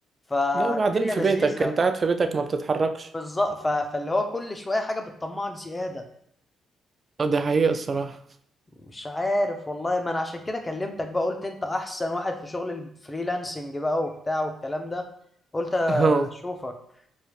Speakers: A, on the left; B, on the right.
A: فالدنيا
B: لا وبعدين في
A: لذيذه
B: بيتك انت قاعد في بيتك ما بتتحركش
A: بالظبط ف- فاللي هو كل شويه حاجه بتطمعك زياده
B: اه دي حقيقة الصراحة
A: مش عارف والله ما انا عشان كده كلمتك بقى قلت انت احسن واحد في شغل الفريلانسنج بقى وبتاع والكلام ده قلت
B: <laughs> اه
A: اشوفك